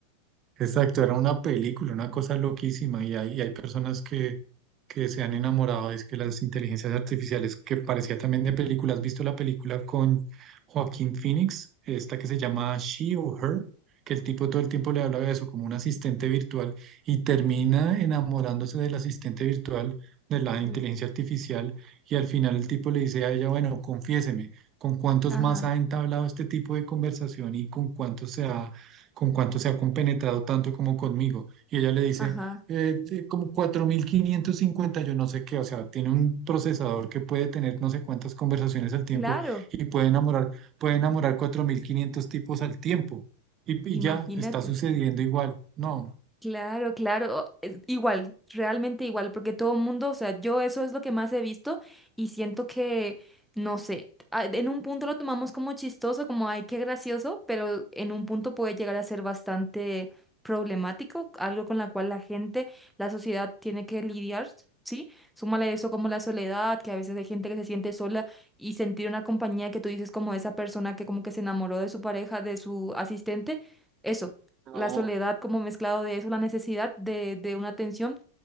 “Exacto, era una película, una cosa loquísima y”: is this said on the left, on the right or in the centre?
Right